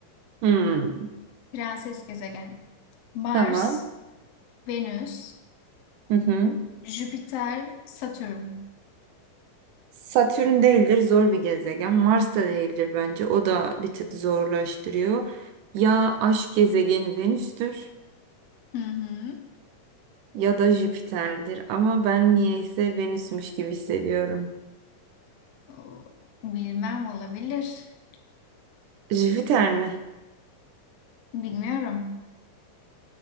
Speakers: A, on the right; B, on the left.
A: Hmm,
B: Prenses gezegen. Mars,
A: Tamam.
B: Venüs,
A: Hı hı.
B: Jüpiter, Satürn.
A: Satürn değildir, zor bir gezegen. Mars da değildir bence. O da bir tık zorlaştırıyor. Ya aşk gezegeni Venüs'tür
B: Hı hı.
A: ya da Jüpiter'dir. Ama ben niyeyse Venüs'müş gibi hissediyorum.
B: O- Bilmem olabilir.
A: Jüpiter mi?
B: Bilmiyorum.